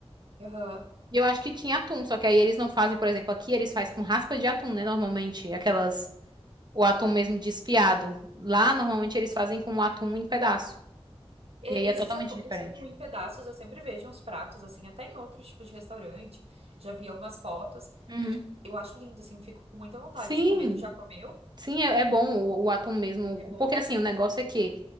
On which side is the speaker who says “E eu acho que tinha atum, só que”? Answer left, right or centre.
Right